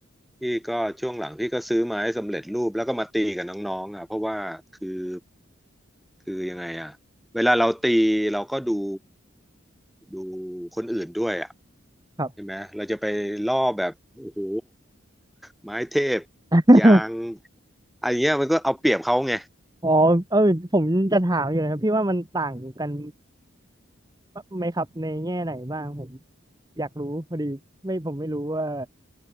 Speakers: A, in the centre; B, on the right (about 20°).
A: พี่ก็ช่วงหลังพี่ก็ซื้อไม้สำเร็จรูปแล้วก็มาตีกับน้องๆอ่ะเพราะว่าคือคือยังไงอ่ะเวลาเราตีเราก็ดูดูคนอื่นด้วยอ่ะ
B: ครับ
A: ใช่ไหมเราจะไปล่อแบบโอ้โหไม้เทพ
B: <laughs>
A: ยางอันเนี้ยมันก็เอาเปรียบเขาไง
B: อ๋อเออผมจะถามอยู่นะครับพี่ว่ามันต่างกันไหมครับในแง่ไหนบ้างผมอยากรู้พอดีไม่ผมไม่รู้ว่า